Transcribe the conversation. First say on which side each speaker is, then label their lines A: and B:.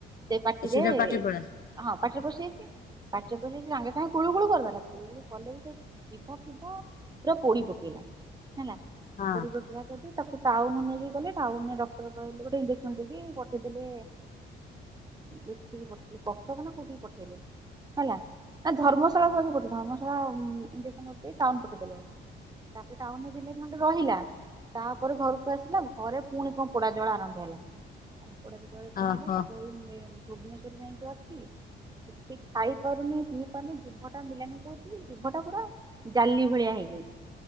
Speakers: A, on the right; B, on the left.
A: ସେ ପାଟିରେ
B: ସିଧା ପାଟି ପଳା
A: ହଁ ପାଟିରେ ପଶିଯାଇଚି, ପାଟିରେ ପଶିଯାଇଚି ସାଙ୍ଗେ ସାଙ୍ଗେ କୁଳୁକୁଳୁ କରିଦେଲା କିନ୍ତୁ କଲେ ବି ସେ ଜିଭ ଫିବ ପୁରା ପୋଡି ପକେଇଲା ହେଲା,
B: ହଁ
A: ପୋଡି ପକ <inaudible> ଯଦି ତାକୁ ଟାଉନ୍ ନେଇକି ଗଲେ ଟାଉନ୍ ଡକ୍ଟର୍ କହିକି ଗୋଟେ ଇଞ୍ଜେକ୍ସନ୍ ଦେଇକି ପଠେଇଦେଲେ ଏଠିକି ପଠ କଟକ ନା କୋଉଠି କି ପଠେଇଲେ ହେଲା ନା ଧର୍ମ <inaudible> ଧର୍ମ ଶଳା <inaudible> ସେ ଟାଉନ ପଠେଇ ଦେଲେ। ତାପରେ ଟାଉନ୍ ରେ ଦିନେ ଖଣ୍ଡେ ରହିଲା। ତାପରେ ଘରକୁ ଆସିଲା ଘରେ ପୁଣି କଣ ପୋଡା ଜଳା ଆରମ୍ଭ ହେଲା। <inaudible> ଭୁବନେଶ୍ଵର
B: ଓହୋ
A: ଯାଇକି ଅଛି। କିଖାଇ ପାରୁନି ପିଇ ପାରୁନି ଜିଭଟା ମିଲାନି କହୁଛି ଜିଭଟା ପୁରା ଜାଲି ଭଳିଆ ହେଇଯାଇଛି